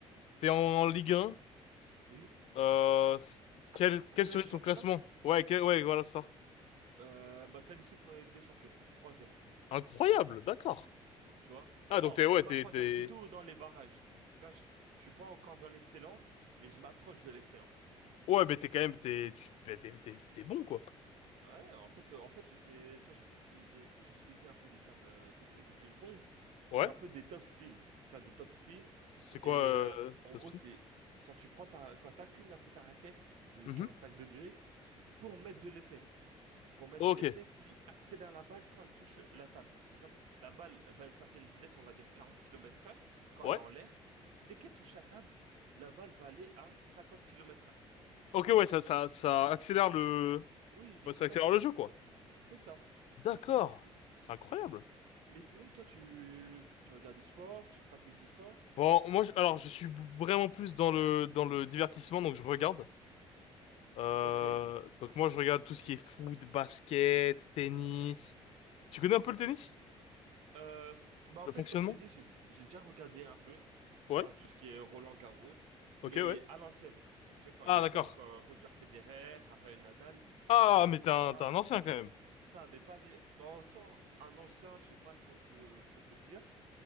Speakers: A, on the left; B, on the right.
A: t'es en, en Ligue 1,
B: Oui?
A: euh, s-
B: À
A: quel,
B: combien
A: quel serait
B: de championnats?
A: ton classement? Ouais, quel- ouais, voilà, c'est ça.
B: Euh, bah, qualifié pour la Ligue des Champions. Troisième.
A: Incroyable, d'accord.
B: Tu vois? Tro-
A: Ah,
B: Non,
A: donc t'es, ouais,
B: pas
A: t'es,
B: troisième,
A: t'es,
B: plutôt dans les barrages. Tu vois, je, je suis pas encore dans l'excellence, mais je m'approche de l'excellence.
A: ouais, mais t'es quand même, t'es, tu, t'es, t'es, t'es- t'es bon, quoi.
B: Ouais, en fait, euh, en fait, je sais, tu vois, j'utilisais, j'utilisais un peu des termes euh, techniques au ping-pong.
A: Ouais.
B: Je fais un peu des top spin. Tu vois, des top spin.
A: C'est quoi,
B: Et
A: euh,
B: euh, en
A: Topspin?
B: gros, c'est quand tu prends ta, quand t'inclines un peu ta raquette de
A: Mhm.
B: 45 degrés pour mettre de l'effet. pour mettre
A: Ok.
B: de l'effet qui accélère la balle quand elle touche la table. Par exemple, la balle va à une certaine vitesse, on va dire 40 km heure, quand
A: Ouais.
B: elle est en l'air. Dès qu'elle touche la table, la balle va aller à 50 km heure.
A: Ok, ouais, ça, ça, ça accélère le,
B: Oui,
A: ouais,
B: totalement.
A: ça accélère le jeu, quoi.
B: C'est ça.
A: D'accord.
B: C'est ça. C'est-
A: C'est incroyable.
B: Mais sinon, toi, tu, tu regardes du sport, tu pratiques du sport?
A: Bon, moi, je- alors, je suis vraiment plus dans le dans le divertissement, donc je regarde. Euh,
B: Ok.
A: donc moi, je regarde tout ce qui est foot, basket, tennis. Tu connais un peu le tennis?
B: Euh, f- bah en
A: Le
B: fait,
A: fonctionnement?
B: comme je t'ai dit, j'ai j'ai déjà regardé un peu,
A: Ouais.
B: tu vois, tout ce qui est Roland-Garros,
A: Ok,
B: mais
A: ouais.
B: à l'ancienne. Tu vois, quand
A: Ah,
B: il y avait
A: d'accord.
B: encore Roger Federer, Rafael Nadal,
A: Ah,
B: euh,
A: mais t'es un
B: pas-
A: t'es un ancien quand même.
B: C'est ça, mais pas. vé- Bon, on sent un ancien, je sais pas si on peut, si on peut le dire,